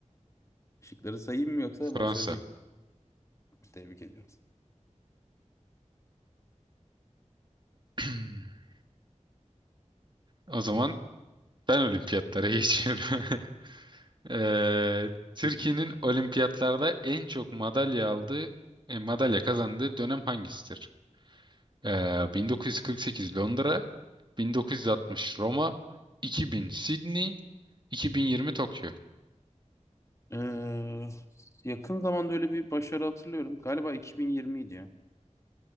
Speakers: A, on the left; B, on the right.
A: Şıkları sayayım mı yoksa
B: Fransa.
A: ben sadece tebrik ediyorum.
B: <clears throat> O zaman ben olimpiyatlara <laughs> geçiyorum. Eee, Türkiye'nin
A: Geç bakayım.
B: olimpiyatlarda en çok madalya aldığı, e, madalya kazandığı dönem hangisidir? Eee, 1948 Londra, 1960 Roma, 2000 Sydney, 2020 Tokyo.
A: Ee, yakın zamanda öyle bir başarı hatırlıyorum. Galiba 2020 idi ya.